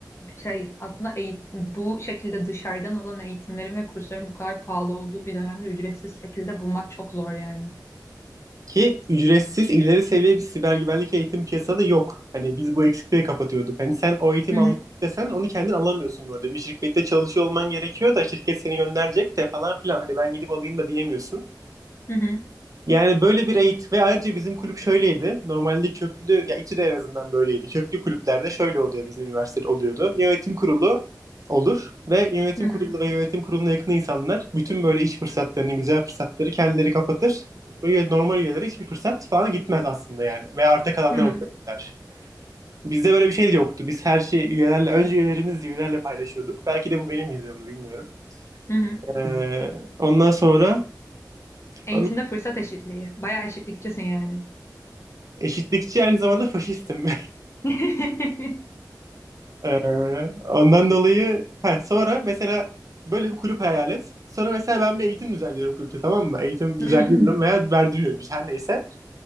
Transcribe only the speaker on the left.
şey aslında eğitim bu şekilde dışarıdan olan eğitimlerin ve kursların bu kadar pahalı olduğu bir dönemde ücretsiz şekilde bulmak çok zor yani.
Hı hı.
Hı hı.
Hı hı.
Hı hı.
Hı hı.
Eğitimde
fırsat eşitliği. Bayağı eşitlikçisin yani.
<laughs>
Hı hı.